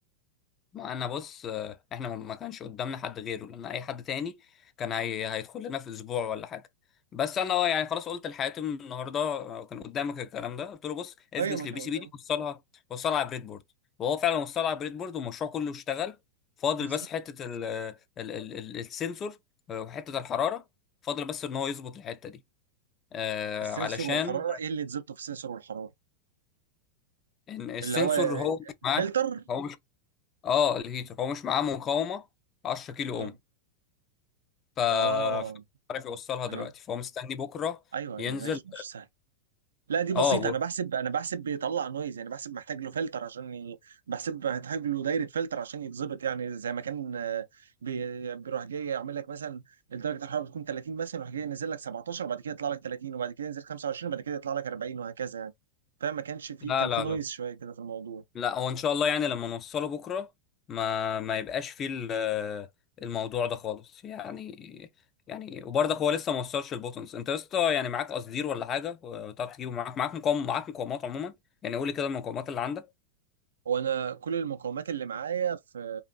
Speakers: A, on the left; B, on the right.
A: ما انا بص آه، احنا ما ما كانش قدامنا حد غيره لان اي حد تاني كان هي... هيدخل لنا في اسبوع ولا حاجه بس انا آه، يعني خلاص قلت لحاتم النهارده آه، كان قدامك الكلام ده قلت له بص افكس
B: ايوه ما
A: للبي
B: تمام
A: سي بي دي وصلها وصلها على بريد بورد وهو فعلا وصلها على بريد بورد والمشروع كله اشتغل فاضل
B: بالظبط
A: بس حته ال... ال... ال... ال... السنسور آه، وحته الحراره فاضل بس ان هو يظبط الحته دي آه
B: السنسور
A: علشان
B: والحراره ايه اللي تظبطه في السنسور والحراره
A: إن السنسور
B: اللي هو
A: هو مش
B: الفلتر
A: معاه هو مش اه الهيتر هو مش معاه مقاومه 10
B: مم.
A: كيلو اوم ف
B: اه
A: ف- عارف يوصلها
B: انا
A: دلوقتي فهو مستني بكره
B: ايوه
A: ينزل
B: ايوه ماشي ماشي سهل لا دي بسيطة
A: اه و...
B: أنا بحسب أنا بحسب بيطلع نويز يعني بحسب محتاج له فلتر عشان ي... بحسب محتاج له دايرة فلتر عشان يتظبط يعني زي ما كان آه، بي... بيروح جاي يعمل لك مثلا درجة الحرارة بتكون 30 مثلا يروح جاي ينزل لك 17 وبعد كده يطلع لك 30 وبعد كده ينزل 25 وبعد كده يطلع لك 40 وهكذا يعني فما كانش فيه
A: لا
B: كان
A: لا
B: فيه نويز
A: لا
B: شوية كده في الموضوع
A: لا هو ان شاء الله يعني لما نوصله بكره ما ما يبقاش فيه ال- الموضوع ده خالص يعني يعني وبرضك هو لسه ما وصلش البوتنز انت يا اسطى يعني معاك قصدير ولا حاجه وتعرف تجيبه معاك معاك مقاوم معاك مقاومات عموما يعني قول لي كده المقاومات اللي عندك
B: هو انا كل المقومات اللي معايا في